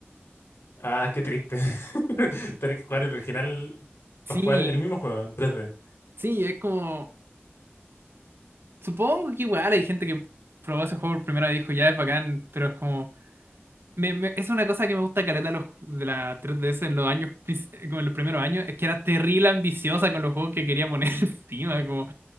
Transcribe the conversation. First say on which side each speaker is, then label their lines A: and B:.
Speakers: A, on the left (about 70°); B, on the right (about 60°).
A: Ah, qué triste. <laughs> Tener que jugar el original para
B: Sí,
A: jugar el mismo juego en 3D.
B: sí, es como... Supongo que igual hay gente que probó ese juego por primera vez y dijo, ya es bacán, pero es como... me- me- es una cosa que me gusta caleta de los, de la 3DS en los años, pis- como en los primeros años, es que era terrible ambiciosa con los juegos que quería poner <laughs> encima, como...